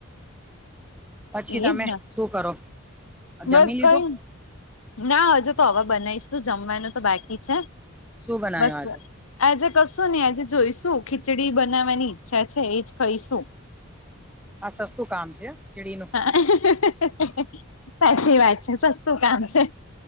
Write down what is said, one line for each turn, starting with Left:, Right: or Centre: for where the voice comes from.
Centre: પછી
Left: એજ
Centre: તમે
Left: ને
Centre: શું કરો જમી
Left: બસ
Centre: લીધું
Left: કઈ ના હજુ તો હવે બનાવીશું જમવાનું તો બાકી છે,
Centre: શું બનાવ્યું
Left: બસ
Centre: આજે
Left: આજે કશો ને આજે જોઈશું ખીચડી બનાવવાની ઈચ્છા છે, એજ ખઈશું
Centre: આ સસ્તું કામ છે. ખીચડીનું
Left: <inaudible> સાચી વાત છે, સસ્તું કામ છે,